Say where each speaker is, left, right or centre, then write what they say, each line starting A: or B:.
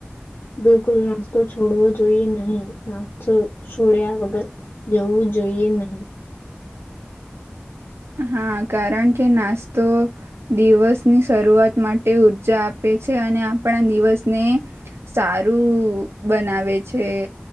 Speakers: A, on the left; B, on the right.
A: બિલકુલ નાસ્તો છોડવો જોઈએ નહી નાસ્તો છોડ્યા વગર જવું જોઈએ નહી
B: હા કારણ કે નાસ્તો દિવસની શરૂઆત માટે ઉર્જા આપે છે અને આપણા દિવસને સારું બનાવે છે